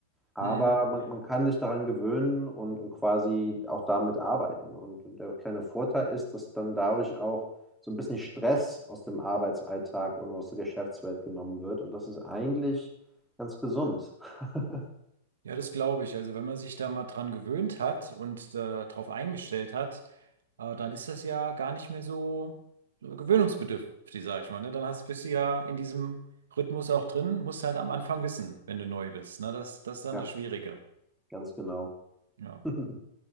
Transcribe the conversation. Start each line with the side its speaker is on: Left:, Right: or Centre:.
Centre: Aber
Right: Hm.
Centre: man,
Right: Ja.
Centre: man kann sich daran gewöhnen und, und quasi auch damit arbeiten. Und der kleine Vorteil ist, dass dann dadurch auch so ein bisschen Stress aus dem Arbeitsalltag und aus der Geschäftswelt genommen wird. Und das ist eigentlich ganz gesund. <laughs>
Right: Ja, das glaube ich. Also wenn man sich da mal dran gewöhnt hat und äh, darauf eingestellt hat, äh, dann ist das ja gar nicht mehr so so gewöhnungsbedürftig, sage ich mal. Ne? Dann hast, bist du ja in diesem Rhythmus auch drin, musst halt am Anfang wissen, wenn du neu bist. Ne? Das, das ist dann
Centre: Ja,
Right: das Schwierige.
Centre: ganz genau.
Right: Ja,
Centre: <laughs>